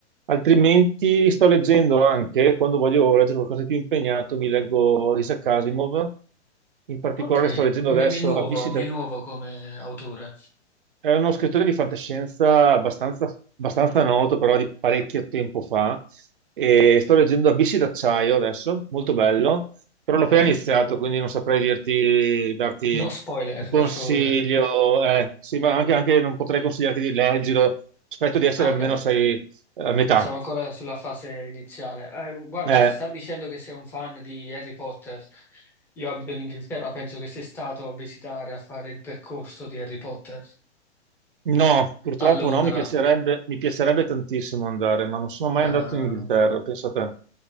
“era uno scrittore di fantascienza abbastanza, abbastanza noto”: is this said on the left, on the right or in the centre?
Right